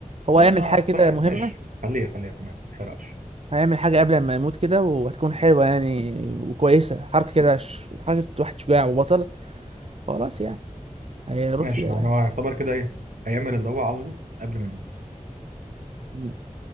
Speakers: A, on the right; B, on the right.
A: هو
B: لا
A: هيعمل
B: ما
A: حاجة
B: اصل
A: كده
B: انا
A: مهمة
B: ماشي خليها خليها تمام ما تحرقش
A: هيعمل حاجة قبل ما يموت كده وهتكون حلوة يعني وكويسة حركة كده ش- حركة واحد شجاع وبطل خلاص يعني هيروح
B: ماشي
A: فيها
B: يعني
A: يعني
B: هو يعتبر كده ايه هيعمل اللي هو عاوزه قبل ما يموت
A: مم.